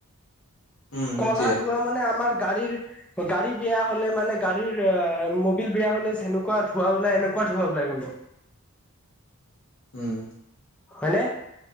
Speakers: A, on the left; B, in the centre.
A: উম
B: কলা
A: উঠিয়ে
B: ধোৱা মানে আমাৰ গাড়ীৰ গাড়ী বেয়া হ'লে মানে গাড়ী <unintelligible> মবিল বেয়া হলে যেনেকুৱা ধোৱা ওলাই এনেকুৱা ধোৱা ওলাই কিন্তু।
A: উম,
B: হয়নে?